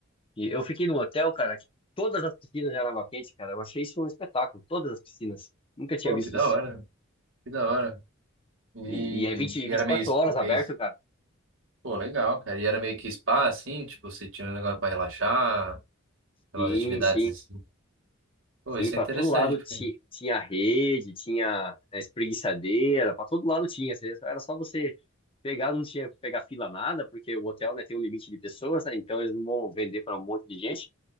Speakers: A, on the left; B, on the right.
A: E eu fiquei num hotel, cara, que todas as piscinas eram água quente, cara. Eu achei isso um espetáculo. Todas as piscinas. Nunca tinha
B: Pô,
A: visto
B: que da
A: isso.
B: hora, que da hora. E,
A: E, e é vinte,
B: e
A: vinte
B: era
A: e quatro
B: meio,
A: horas aberto,
B: meio,
A: cara.
B: pô, legal, cara. E era meio que spa, assim, tipo, você tinha um negócio pra relaxar, umas
A: Sim,
B: atividades
A: sim.
B: assim. Pô,
A: Sim,
B: isso
A: para
B: é interessante,
A: todo lado
B: porque...
A: ti- tinha rede, tinha a espreguiçadeira, para todo lado tinha. Você- Era só você pegar, não tinha que pegar fila nada, porque o hotel, né, tem um limite de pessoas, né, então eles não vão vender para um monte de gente.